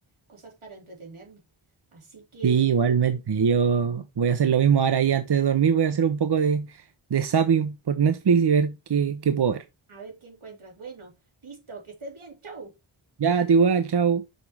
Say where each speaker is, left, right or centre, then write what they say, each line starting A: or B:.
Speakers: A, on the right; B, on the right.
A: cosas para entretenerme. Así que,
B: Sí, igualmente, yo voy a hacer lo mismo ahora y antes de dormir voy a hacer un poco de, de zapping por Netflix y ver qué, qué puedo ver.
A: a ver qué encuentras. Bueno, listo, que estés bien, chau.
B: Ya, te igual, chao.